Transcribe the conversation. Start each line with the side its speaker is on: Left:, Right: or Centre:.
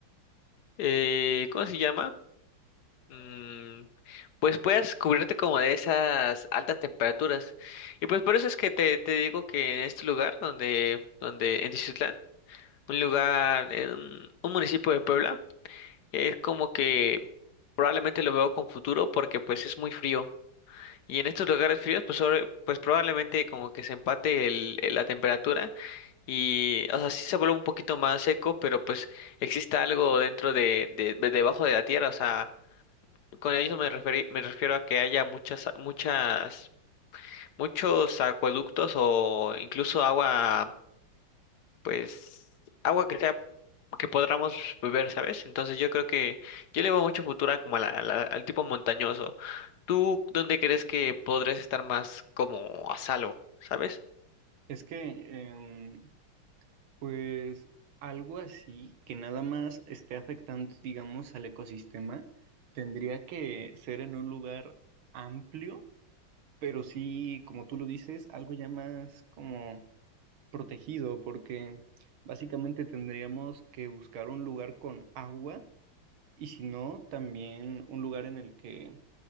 Left: eh, ¿cómo se llama? Mm, pues puedas cubrirte como de esas altas temperaturas y pues por eso es que te, te digo que en este lugar donde, donde en Tiziutlán, un lugar, en un municipio de Puebla, Es como que probablemente lo veo con futuro porque pues es muy frío. Y en estos lugares fríos pues, sobre- pues probablemente como que se empate el, el- la temperatura y o sea sí se vuelve un poquito más seco pero pues exista algo dentro de, de- de- debajo de la tierra. O sea, con eso me referí- me refiero a que haya muchas, muchas, muchos acueductos o incluso agua pues agua que sea que podamos beber, ¿sabes? Entonces yo creo que yo le veo mucho futuro a como a la- a la- al tipo montañoso. ¿Tú dónde crees que podrías estar más como a salvo, ¿sabes?
Right: Es que, em, Pues algo así que nada más esté afectando, digamos, al ecosistema, tendría que ser en un lugar amplio, pero sí, como tú lo dices, algo ya más como protegido, porque básicamente tendríamos que buscar un lugar con agua y si no, también un lugar en el que